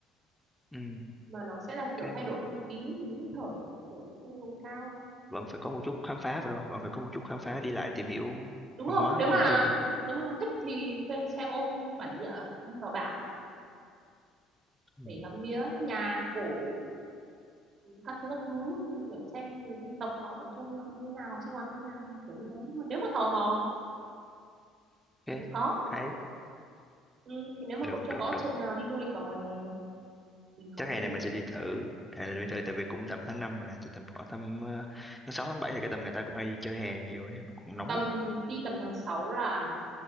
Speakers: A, in the centre; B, on the right.
A: ừ
B: mà nó sẽ là kiểu
A: ok
B: thay đổi không khí mình hít thở kiểu không ngông cao
A: vẫn phải có một chút khám phá phải không vẫn phải có một chút khám phá đi lại tìm hiểu
B: đúng
A: văn
B: không
A: hóa
B: nếu mà
A: lung tung rồi
B: nếu mà thích thì thuê xe ôm bản địa đi vào bản
A: ừ.
B: để ngắm nghía nhà cổ các thứ các thứ kiểu xem người dân tộc họ trông họ như nào họ sinh hoạt như nào kiểu như thế nhưng mà nếu mà tò mò
A: ok
B: thì cũng có
A: hay
B: ừ, thì nếu mà
A: được
B: cậu chưa
A: được
B: có
A: được
B: option nào đi du lịch vào mùa hè thì có
A: chắc hè
B: thể
A: này mình sẽ đi thử hè này mình thử tại vì cũng tầm tháng 5 rồi này thì tầm khoảng tầm ờ, tháng 6 tháng 7 thì cái tầm người ta cũng hay đi chơi hè nhiều ấy nó cũng nóng
B: tầm
A: ấy
B: đi tầm tháng 6 là